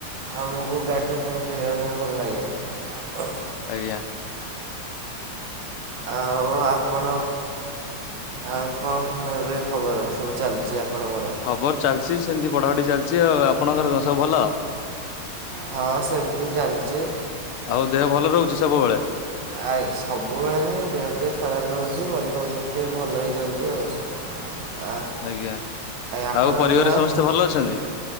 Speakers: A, on the right; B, on the left.
A: ଆମକୁ ବ୍ୟାଡ଼ମିଣ୍ଟନ ଖେଳିବା ପାଇଁ ଭଲ ଲାଗେ।
B: ଆଜ୍ଞା
A: ଆଉ ଆପଣ ଆଉ କଣ ଏବେ ଖବର ସବୁ ଚାଲିଛି ଆପଣଙ୍କର?
B: ଖବର ଚାଲିଛି ସେମିତି ପଢାପଢି ଚାଲିଛି ଆଉ ଆପଣଙ୍କର ସବୁ ଭଲ?
A: ହଁ ସେମିତି ଚାଲିଛି।
B: ଆଉ ଦେହ ଭଲ ରହୁଛି ସବୁବେଳେ?
A: ଆ ସବୁବେଳେ ନାହିଁ ଦେହ ଟିକେ ଖରାପ ରହୁଛି ମଝିରେ ମଝିରେ ଟିକେ ଭଲ ହେଇଯାଉଛି ଆଉ। ଆ
B: ଆଜ୍ଞା
A: ଆପଣଙ୍କ
B: ଆଉ ପରିବାର
A: ଦେହ
B: ସମସ୍ତେ ଭଲ ଅଛନ୍ତି?